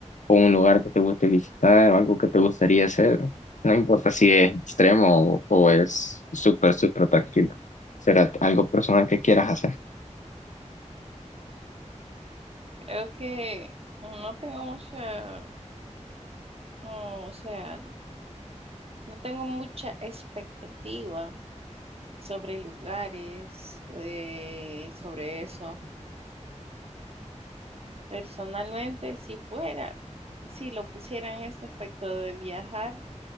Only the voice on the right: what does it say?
Creo que no tengo mucha, no, o sea, no tengo mucha expectativa sobre lugares, eh, sobre eso. Personalmente, si fuera, si lo pusiera en este aspecto de viajar,